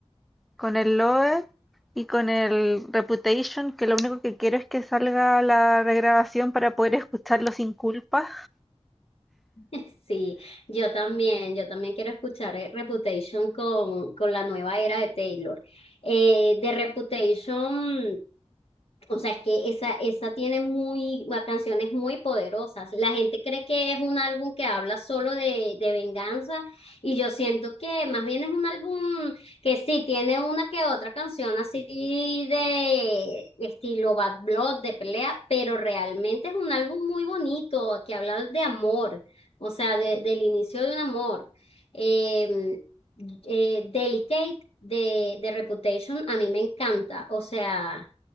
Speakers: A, in the centre; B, on the left (about 60°).
A: con el Lover y con el Reputation, que lo único que quiero es que salga la regrabación para poder escucharlo sin culpa.
B: <laughs> Sí, yo también, yo también quiero escuchar eh, Reputation con, con la nueva era de Taylor. Eh, de Reputation O sea, es que esa, esa tiene muy, la canción muy poderosas. La gente cree que es un álbum que habla solo de, de venganza y yo siento que más bien es un álbum que sí tiene una que otra canción así de estilo Bad Blood, de pelea, pero realmente es un álbum muy bonito que habla de amor, o sea, de- del inicio de un amor. Eh, eh, Delicate de, de Reputation a mí me encanta, o sea...